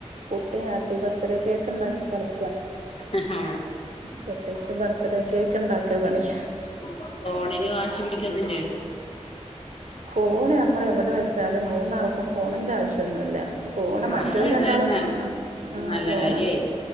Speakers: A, on the right; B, on the left.
A: കുട്ടി ഹാപ്പി ബർത്ത്ഡേ കേക്ക് ഉണ്ടാക്കി കള-
B: ഹ! ഹാ!
A: കുട്ടിക്ക് ബർത്ത്ഡേ കേക്ക് ഉണ്ടാക്കാ പണി
B: ആ!.. കോടേന് വാശി പിടിക്കന്നില്ലേ
A: ഫോൺ നമ്മൾെവിടെ വെച്ചാും മൂന്നാൾക്കും ഫോണിൻ്റെ ആവശ്യമൊന്നുമില്ല സോണ മറ്റ
B: അത്
A: വല്ലണ്ടാളും
B: ഏതായാലും
A: ആ ഉ
B: നല്ല
A: സോണ
B: കാര്യായി